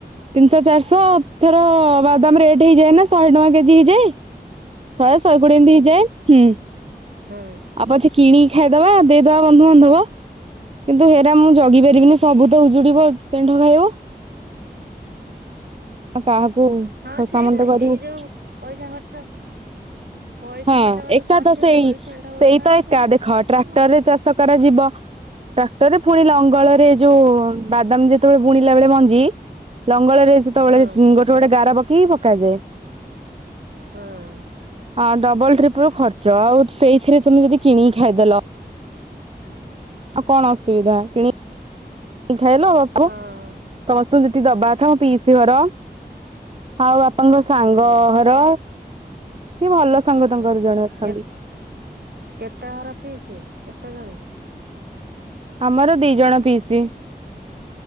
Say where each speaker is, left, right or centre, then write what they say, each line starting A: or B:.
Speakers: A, on the right; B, on the right.
A: ତିନ୍ ଶହ ଚାରିଶହ ଥର ବାଦାମ ରେଟ୍ ହେଇଯାଏ ନା ଶହେ ଟଙ୍କା କେଜି ହେଇଯାଏ। ଶହେ ଶହେକୋଡିଏ ଏମିତି ହେଇଯାଏ ହୁଁ।
B: ହୁଁ।
A: ଆଉ ପଛେ କିଣିକି ଖାଇଦବା ଦେଇଦବା ବନ୍ଧୁବାନ୍ଧବ। କିନ୍ତୁ ହେରା ମୁଁ ଜଗି ପାରିବିନି ସବୁ ତ ଉଜୁଡ଼ିବ ଷେଣ୍ଢ ଖାଇବ। ଆ କାହାକୁ ଖୋସାମତ
B: ହଁ ସେଇଟା
A: କରିବୁ।
B: ଏଇ ଯୋଉ ପଇସା ଖର୍ଚ୍ଚ ପଇସା
A: ହଁ
B: ଖର୍ଚ୍ଚ କରି
A: ଏକା
B: କରିଥିବୁ
A: ତ ସେଇ
B: ଏଇ ଷେଣ୍ଢ ଗୋରୁ
A: ସେଇ
B: ଖାଣେ
A: ତ ଏକା
B: ସେଇରା
A: ଦେଖ
B: ହଁ
A: ଟ୍ରାକ୍ଟରରେ ଚାଷ କରାଯିବ। ଟ୍ରାକ୍ଟରରେ ଫୁଣି ଲଙ୍ଗଳରେ ଯୋଉ ବାଦାମ ଯେତେବେଳେ ବୁଣିଲା ବେଳେ ମଞ୍ଜି ଲଙ୍ଗଲରେ ସେତେବେଳେ
B: ହଁ
A: ଗୋଟେ ଗୋଟେ ଗାର ପକେଇକି ପକାଯାଏ।
B: ହଁ
A: ହଁ ଡବଲ ଟ୍ରିପିଲୁ ଖର୍ଚ୍ଚ ଆଉ ସେଇଥିରେ ତମେ ଯଦି କିଣିକି ଖାଇଦେଲ
B: <inaudible>
A: ଆଉ କଣ ଅସୁବିଧା କିଣି କି ଖାଇଲ ଆଉ
B: ହଁ
A: ସମସ୍ତଙ୍କୁ ଯେତିିକି ଦବାକଥା ମୋ ପିଇସି ଘର ଆଉ ବାପାଙ୍କ ସାଙ୍ଗ
B: ହୁଁ
A: ହର ସିଏ ଭଲ ସାଙ୍ଗ
B: ହୁଁ
A: ତାଙ୍କର ଜଣେ ଅଛନ୍ତି।
B: କେ କେତେ ଘର ପିଇସି? କେତେଜଣ?
A: ଆମର ଦି ଜଣ ପିଇସି।